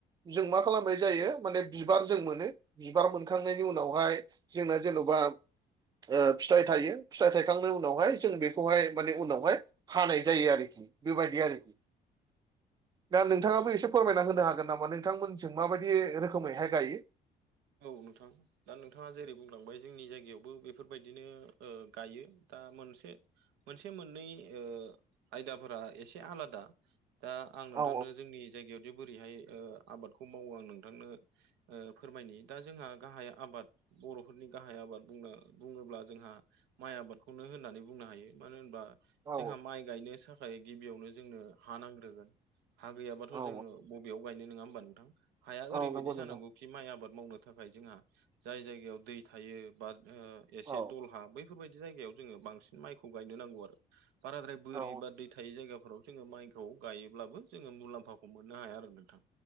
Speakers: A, on the right; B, on the right.
A: जों मा खालामनाय जायो माने बिबार जों मोनो बिबार मोनखांनायनि उनावहाय जोंना जेन'बा फिथाइ थायो फिथाइ थायखांनायनि उनावहाय जों बेखौहाय माने उनावहाय हानाय जायो आरोखि बेबायदि आरोखि
B: औ
A: दा नोंथाङाबो एसे फोरमायना होनो हागोन नामा नोंथांमोनजों माबायदि रोखोमैहाय गायो?
B: औ नोंथां। दा नोंथाङा जेरै बुंलांबाय जोंनि जायगायावबो बेफोरबायदिनो ओ गायो दा मोनसे मोनसे मोननै ओ आयदाफोरा एसे आलादा दा आं नोंथांनो
A: औ
B: जोंनि जायगायाव दि बोरैहाय ओ आबादखौ मावो आं नोंथांनो ओ फोरमायनि दा जोंहा गाहाय आबाद बर'फोरनि गाहाय आबाद बुंनो बुङोब्ला जोंहा माइ आबादखौनो होननानै बुंनो हायो मानो होनबा
A: औ
B: जोंहा माइ गायनो साखाय गिबियावनो जोंनो हा नांग्रोगोन हा गैयाबाथ'
A: औ
B: जोङो बबेयाव गायनो नङा होमबा नोंथां? हाया ओरैबायदि
A: औ नंगौ
B: जानांनौ
A: नंगौ
B: माइ आबाद मावनो थाखाय जोंहा जाय जायगायाव दै थायो बा ओ एसे
A: औ
B: दलहा बैफोरबायादि जायगायाव जोङो बांसिन माइखौ गायनो नांगौ आरो। बाराद्राय बोरि
A: औ
B: बा दै थायै जायगाफोराव जोङो माइखौ गायोब्लाबो जोङो मुलाम्फाखौ मोननो हाया आरो नोंथां।